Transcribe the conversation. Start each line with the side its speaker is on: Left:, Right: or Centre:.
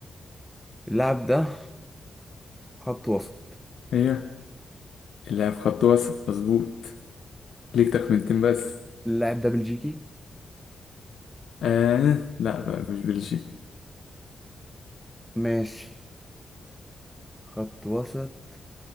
Centre: اللاعب ده خط وسط
Left: ايوه اللاعب خط وسط مظبوط ليك تخمنتين بس
Centre: اللاعب ده بلجيكي
Left: آه لا بقى مش بلجيكي
Centre: ماشي خط وسط